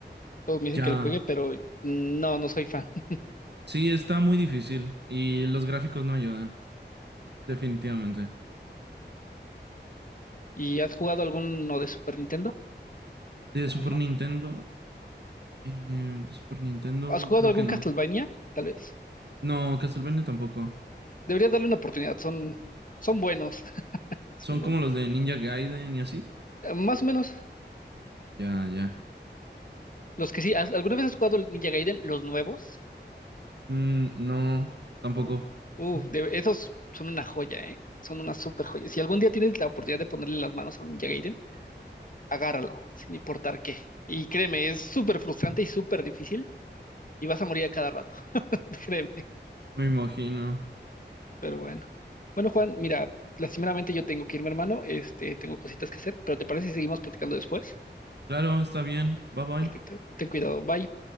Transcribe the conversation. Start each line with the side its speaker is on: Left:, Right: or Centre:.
Left: Todos me dicen
Right: Ya,
Left: que lo juegue, pero mm, no, no soy fan. <laughs>
Right: Sí, está muy difícil y los gráficos no ayudan, definitivamente.
Left: ¿Y has jugado alguno de Super Nintendo?
Right: De
Left: ¿O
Right: Super
Left: no?
Right: Nintendo, eh, de Super Nintendo
Left: ¿Has jugado
Right: creo
Left: algún
Right: que no.
Left: Castlevania? Tal vez.
Right: No, Castlevania tampoco.
Left: Deberías darle una oportunidad, son, son buenos, <laughs> son
Right: Son como
Left: buenos.
Right: los de Ninja Gaiden y así.
Left: Eh, Más o menos.
Right: Ya, ya.
Left: Los que sí, ¿has- ¿alguna vez has jugado el Ninja Gaiden, los nuevos?
Right: Mm, no, tampoco.
Left: Uf, uf,
Right: <laughs>
Left: de- esos son una joya, ¿eh? Son una super joya. Si algún día tienes la oportunidad de ponerle las manos a un Ninja Gaiden, agárralo, sin importar qué. Y créeme, es súper frustrante y súper difícil, y vas a morir a cada rato, <laughs> créeme.
Right: Me imagino.
Left: Pero bueno. Bueno, Juan, mira, lastimeramente yo tengo que irme, hermano. Este, tengo cositas que hacer, pero ¿te parece si seguimos platicando después?
Right: Claro, está bien. Bye bye.
Left: Perfecto, ten cuidado, bye.